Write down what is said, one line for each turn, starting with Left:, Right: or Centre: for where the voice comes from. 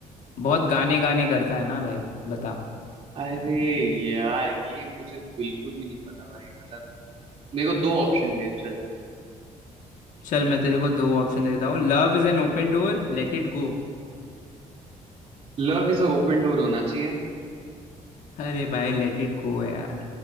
Left: बहुत गाने गाने करता है ना भाई बता
Right: अरे यार ये मुझे बिल्कुल भी नहीं पता भाई मतलब मेरे को दो ऑप्शन दे चल
Left: चल मैं तेरे को दो ऑप्शन देता हूँ love is an open door let it go
Right: Love is a open door होना चाहिए
Left: अरे भाई लेट इट गो है यार